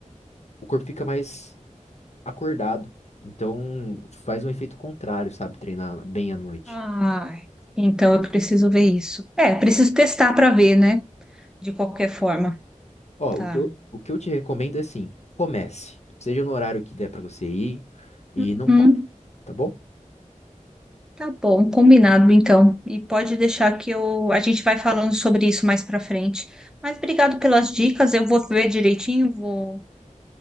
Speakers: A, on the left; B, in the centre.
A: o corpo fica mais acordado. Então, faz um efeito contrário, sabe? Treinar bem à noite.
B: Ai, então eu preciso ver isso. É, preciso testar para ver, né? De qualquer forma.
A: Ó,
B: Tá.
A: o que eu, o que eu te recomendo é assim, comece. Seja no horário que der pra você ir e não
B: Uhum.
A: pare, tá bom?
B: Tá bom, combinado então. E pode deixar que eu a gente vai falando sobre isso mais para frente. Mas obrigado pelas dicas. Eu vou ver direitinho, vou